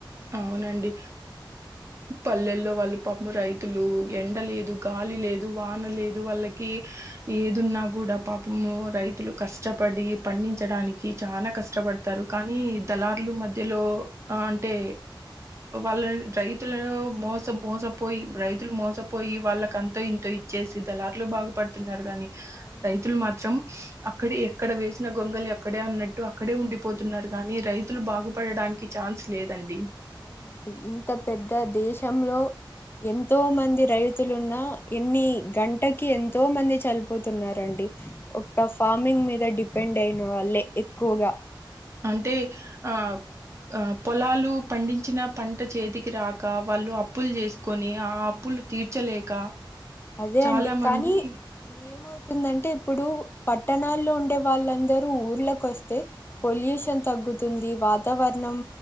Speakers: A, on the right; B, on the left.
A: అవునండి పల్లెల్లో వాళ్ళు పాపం రైతులు ఎండ లేదు గాలి లేదు వాన లేదు వాళ్ళకి ఏదున్నా కూడా పాపము రైతులు కష్టపడి పండించడానికి చాలా కష్టపడ తారు కానీ దళారులు మధ్యలో ఆ అంటే వాళ్ళ రైతులను మోస మోసపోయి రైతులు మోసపోయి వాళ్ళకంతో ఇంతో చేసి దళార్లు బాగుపడుతున్నారు గాని
B: అవునండి
A: రైతులు మాత్రం అక్కడ ఎక్కడ వేసిన గొంగలు ఎక్కడే అన్నట్టు అక్కడే ఉండిపోతున్నారు గానీ రైతులు బాగుపడడానికి ఛాన్స్ లేదండి
B: అవునండి ఇంత పెద్ద దేశంలో ఎంతో మంది రైతులున్నా ఎన్ని గంటకి ఎంతో మంది చనిపోతున్నారండి ఒక ఫార్మింగ్ మీద డిపెండ్ అయిన వాళ్ళే ఎక్కువగా
A: అంటే ఆ ఆ పొలాలు పండించిన పంట చేతికి రాక వాళ్ళు అప్పులు చేసుకొని ఆ అప్పులు తీర్చలేక
B: అదే
A: చాలా
B: అండి
A: మంది
B: కనీ ఏమవుతుందంటే ఇప్పుడు పట్టణాల్లో ఉండే వాళ్ళందరూ ఊళ్ళకు వస్తే పొల్యూషన్ తగ్గుతుంది వాతావరణం